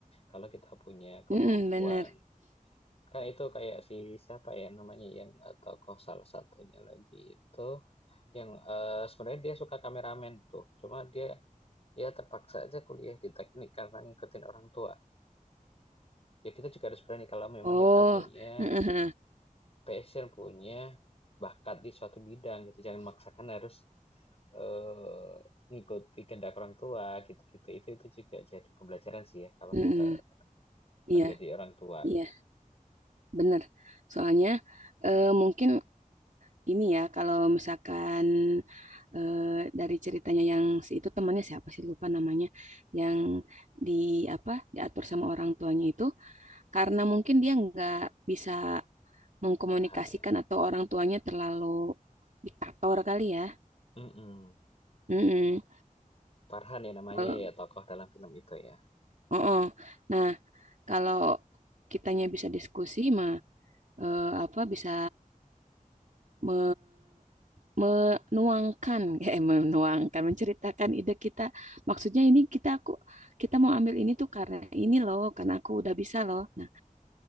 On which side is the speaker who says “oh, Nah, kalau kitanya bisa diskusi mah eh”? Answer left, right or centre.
Right